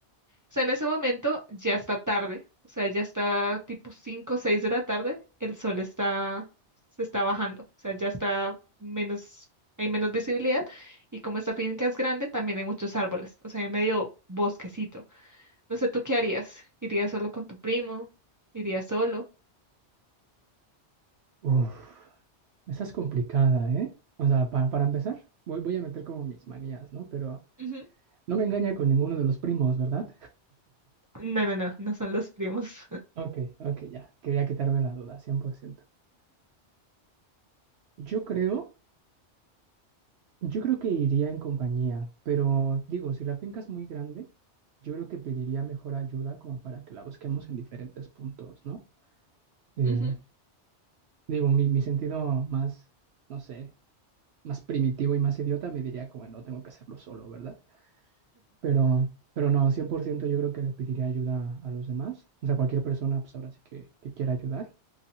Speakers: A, on the right (about 30°); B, on the right (about 70°).
A: sea, en ese momento ya está tarde, o sea, ya está tipo 5, o 6 de la tarde, el sol está, se está bajando, o sea, ya está menos, hay menos visibilidad y como esta finca es grande, también hay muchos árboles, o sea, hay medio bosquecito. No sé, ¿tú qué harías? ¿Irías solo con tu primo? ¿Irías solo?
B: Uf, esa es complicada, ¿eh? O sea, pa- para empezar, voy, voy a meter como mis manías, ¿no? Pero
A: Ujú.
B: no me engaña con ninguno de los primos, ¿verdad?
A: No, no, no, no son los primos. <laughs>
B: Ok, ok, ya. Quería quitarme la duda, 100%. Yo creo, yo creo que iría en compañía, pero digo, si la finca es muy grande, yo creo que pediría mejor ayuda como para que la busquemos en diferentes puntos, ¿no? Eh,
A: Ujú,
B: Digo, mi, mi sentido más, no sé, más primitivo y más idiota me diría como no tengo que hacerlo solo, ¿verdad? Pero, pero no, 100% yo creo que le pediría ayuda a los demás. O sea, cualquier persona, pues ahora sí que, que quiera ayudar.